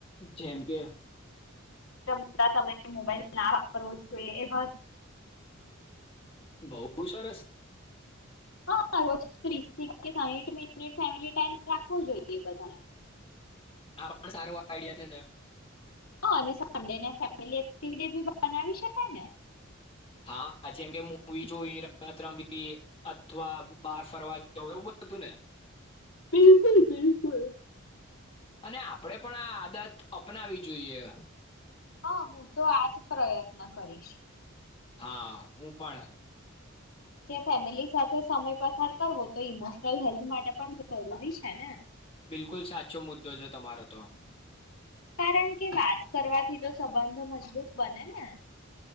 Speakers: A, on the left; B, on the left.
A: જેમ કે
B: જમતા સમયે મોબાઈલ ના વાપરવો જોઈએ એ બ
A: બહુ સરાર
B: હા ત્રીસથી સાઠ મ ફ ટ જોઈએ બધાને
A: હા પણ સારું આઈડિયા છે ને
B: હ અને સડે ને ફેમિલી એક્ટિવડેી બનાવી શકાય ને
A: હા જેમ કે મવી જોઈ રમત રંગી અથવા બાર ફરવા એવું બધું હતું ને
B: બિલકુલ બિલકુલ
A: અને આપણે પણ આ આદત અપનાવી જોઈએ
B: હા હું તો આજ પ્રયત્ન કરીશ
A: હા હું પણ
B: કે ફેમિલી સાથે સમય પસાર કરવો તો ઈમોશનલ હેલ્થ માટે પણ જરૂરી છે ને
A: બિલકુલ સાચો મુદ્દો છે તમારો તો
B: કારણ કે વાત કરવાથી તો સંબંધો મજબૂત બને ને